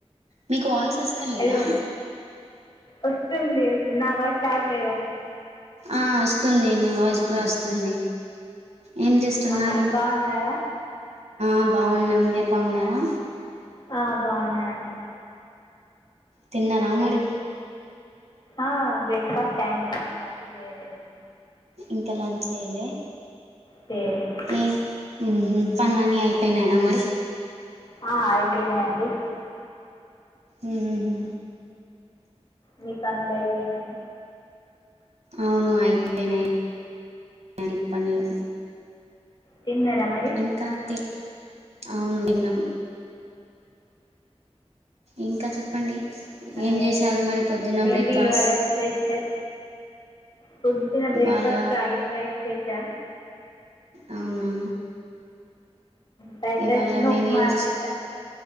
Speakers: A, on the right; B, on the left.
A: మీకు వాయిస్ వస్తా లేదా
B: హలో వస్తుంది నా వాయిస్ రావ్లేదా మీకు
A: ఆ వస్తుంది మీ వాయిస్ కూడా వస్తుంది ఏం చేస్తున్నారు
B: ఆ, బాగున్నారా
A: మ్ బావున్నాం మీరు బావున్నారా
B: ఆ బావున్నాను అండి
A: తిన్నావ మరి
B: ఆ బ్రేక్ఫాస్ట్ అయింది ఇంకా లంచ్ జేయలేదు
A: ఇంకా లంచ్ చేయాలే
B: చేయలేదు
A: ఏ మ్ హు పనులన్నీ అయిపోయినాయా మరి
B: ఆ, అయిపోయినాయండి
A: మ్ హు
B: మీ పనులైపోయినాయ
A: అవును అయిపోయినాయి అన్నీ పనులు
B: తిన్నారా మరి
A: ఇంకా తి అవును తిన్నం ఇంకా చెప్పండి
B: ఆ,
A: ఏం చేశారు
B: ఏ-
A: మరి పొద్దున్న
B: ఏంటి
A: బ్రేక్ఫాస్ట్
B: ఇవాళ స్పెషల్ పొద్దున బ్రేక్ఫాస్ట్
A: ఇవాళ
B: ఫ్రైడ్ రైస్ చేసా
A: అవునా
B: ఫ్రైడ్
A: ఇవాళ
B: రైస్ను
A: మేము
B: ఉప్మా
A: ఏం చేసినా
B: చేశా